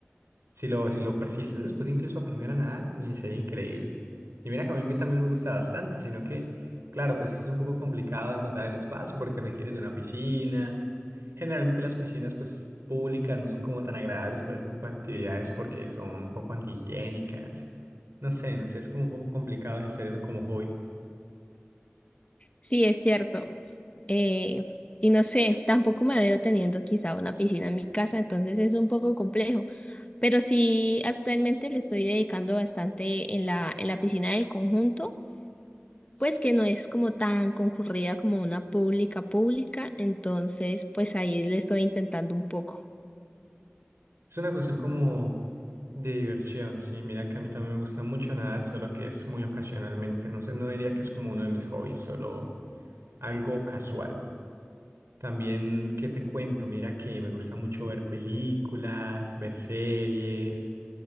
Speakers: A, on the right; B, on the left.
A: Si lo, si lo persistes después de incluso aprender a nadar, me sería increíble. Y mira que a mí me- también me gusta bastante, sino que, claro, pues es un poco complicado encontrar el espacio porque requiere de una piscina. Generalmente las piscinas, pues, públicas no son como tan agradables para ese tipo de actividades porque son un poco antihigiénicas. No sé, no sé, es como un poco complicado ejercer eso como hobby.
B: Sí, es cierto. Eh, y no sé, tampoco me veo teniendo quizá una piscina en mi casa, entonces es un poco complejo, pero sí actualmente le estoy dedicando bastante en la, en la piscina del conjunto, pues que no es como tan concurrida como una pública pública, entonces pues ahí le estoy intentando un poco.
A: Es una cuestión como de diversión, sí. Mira que a mí también me gusta mucho nadar, solo que es muy ocasionalmente. No sé, no diría que es como uno de mis hobbies, solo algo casual. También, ¿qué te cuento? Mira que me gusta mucho ver películas, ver series,